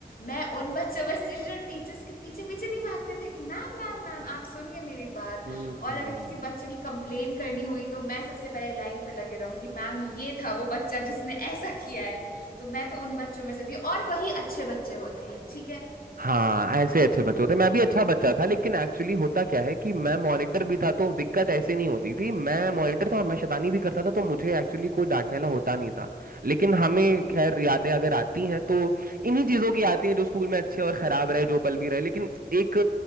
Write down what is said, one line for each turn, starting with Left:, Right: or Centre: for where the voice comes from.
Left: मैं उन बच्चों में से थी जो टीचर्स के पीछे पीछे नहीं भागते थे कि मैम मैम मैम आप सुनिए मेरी बात
Right: हम्म
Left: और अगर किसी बच्चे की कंप्लेन करनी हुई तो मैं सबसे पहले लाइन पे लगे रहूंगी कि मैम ये था वो बच्चा जिसने ऐसा किया है तो मैं तो उन बच्चों में से थी और वही अच्छे बच्चे होते हैं ठीक है
Right: हाँ ऐसे अच्छे बच्चे होते हैं। मैं भी अच्छा बच्चा था लेकिन एक्चुअली होता क्या है कि मैं मॉनिटर भी था तो दिक्कत ऐसे नहीं होती थी मैं मॉनिटर था और मैं शैतानी भी करता था तो मुझे एक्चुअली कोई डांटने वाला होता नहीं था लेकिन हमें खैर यादें अगर आती हैं तो इन्हीं चीज़ों की आती हैं जो स्कूल में अच्छे और खराब रहे जो पल भी रहे लेकिन एक